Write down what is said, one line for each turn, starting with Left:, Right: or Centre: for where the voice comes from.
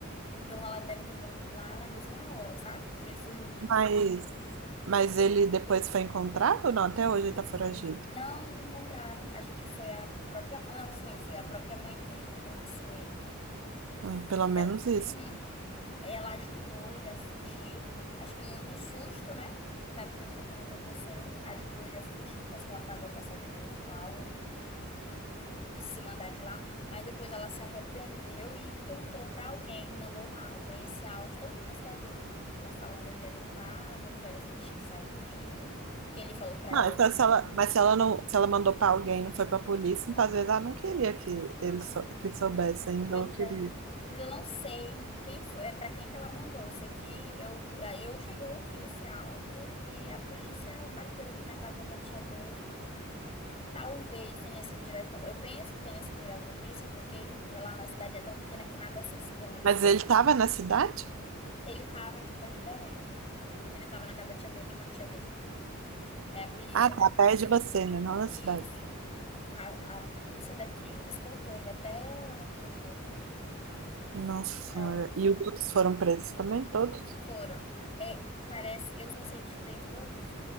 Left: Então ela deve ter morrido lá na mesma hora, sabe? Porque ele fugiu muito
Right: Mas,
Left: rápido.
Right: mas ele depois foi encontrado? ou Não, até hoje ele tá foragido.
Left: Não encontraram. Acho que foi a própria Não, foi, foi a própria mãe dele que denunciou ele.
Right: Ai, pelo
Left: Ela,
Right: menos isso.
Left: Uhum. Ela ajudou ele a fugir. Acho que no, no susto, né? Não tava entendendo o que estava acontecendo. Ajudou ele a fugir, parece que ela pagou a passagem dele e tal. se mandar de lá, mas depois ela se arrependeu e contou pra alguém, mandou um áudio. Aí Esse áudio todo mundo da cidade ouviu, ela falando onde ele estava, que horas ele tinha saído, que ele falou pra
Right: Não,
Left: ela
Right: então
Left: que
Right: se
Left: então,
Right: ela, mas se ela não, se ela mandou pra alguém, e não foi pra polícia, então às vezes ela não queria que ele sou- que soubesse ainda
Left: pois
Right: ou queria.
Left: é. Mas eu não sei quem foi, é para quem que ela mandou. Eu Sei que eu é, eu cheguei a ouvir esse áudio e a polícia bateu aqui na casa da tia dele. Talvez tenha sido direto pra, eu penso que tenha sido direto pra polícia, porque lá na cidade é tão pequena que nada se esconde.
Right: Mas ele tava na cidade?
Left: Ele estava aqui perto de Belém. Ele tava na casa da tia dele, de uma tia dele. Aí a polícia
Right: Ah, tá,
Left: daqui,
Right: perto você, né? Não na
Left: isso.
Right: cidade.
Left: A, a polícia daqui escoltou ele até lá em Viseu de novo.
Right: Nossa
Left: É,
Right: Senhora. E os outros foram presos também, todos?
Left: foram. É, parece, eu só sei de três envolvidos.